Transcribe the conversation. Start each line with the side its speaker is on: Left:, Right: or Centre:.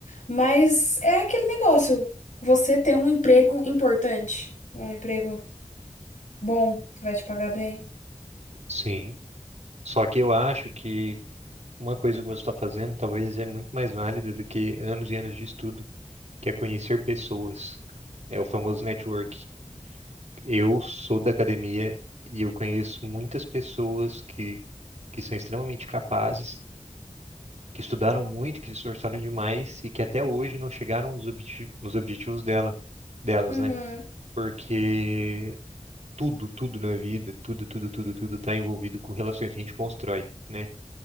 Left: mas é aquele negócio. Você ter um emprego importante, um emprego bom, que vai te pagar bem.
Right: Sim. Só que eu acho que uma coisa que você está fazendo talvez é muito mais válida do que anos e anos de estudo. que é conhecer pessoas. É o famoso network. Eu sou da academia e eu conheço muitas pessoas que, que são extremamente capazes, que estudaram muito, que se esforçaram demais e que até hoje não chegaram nos, obje- nos objetivos dela, delas,
Left: Uhum,
Right: né? Porque tudo, tudo na vida, tudo, tudo, tudo, tudo está envolvido com relações que a gente constrói, né?